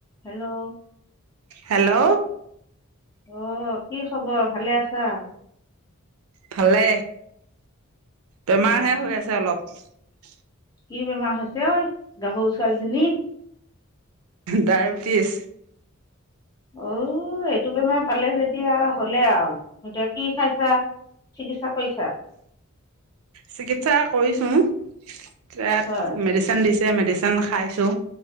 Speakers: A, on the left; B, on the right.
A: হেল্ল'!
B: হেল্ল'!
A: আহ, কি খবৰ ভালে আছা?
B: ভালে, বেমাৰহে
A: অ'
B: হৈ আছে অলপ।
A: কি বেমাৰ হৈছে ঐ? গাভৰু ছোৱালীজনী।
B: ডায়েবেটিছ।
A: অ'ঔ। এইটো বেমাৰ পালে যেতিয়া হ'লে আও, এতিয়া কি খাইছা? চিকিৎসা কৰিছা?
B: চিকিৎসা কৰিছো তাত
A: হয়
B: মেডিচিন দিছ ছে মেডিচেন খাইছোঁ।